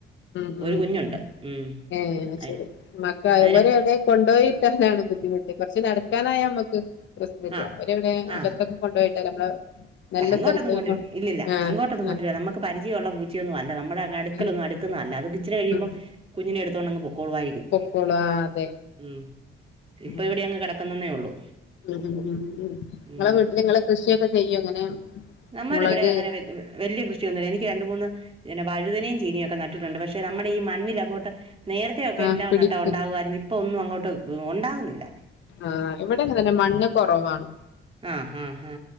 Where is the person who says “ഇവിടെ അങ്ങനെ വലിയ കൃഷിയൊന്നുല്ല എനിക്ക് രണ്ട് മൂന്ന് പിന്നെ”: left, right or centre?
Right